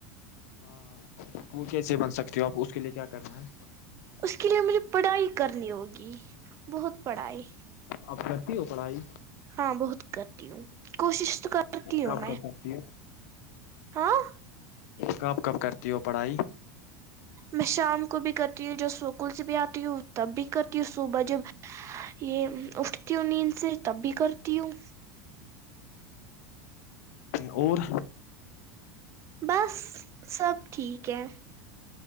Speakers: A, on the left (about 70°); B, on the right (about 35°).
A: ہاں وہ کیسے بن سکتی ہو آپ اس کے لیے کیا کرنا ہے
B: اس کے لیے مجھے پڑھائی کرنی ہوگی بہت پڑھائی
A: اب کرتی ہو پڑھائی
B: ہاں بہت کرتی ہوں کوشش تو کرتی ہوں
A: کب
B: میں
A: کب کرتی ہے
B: ہاں
A: کب کب کرتی ہو پڑھائی
B: میں شام کو بھی کرتی ہوں جب سکول سے بھی آتی ہوں تب بھی کرتی ہوں صبح جب یہ اٹھتی ہوں نیند سے تب بھی کرتی ہوں
A: اور
B: بس سب ٹھیک ہے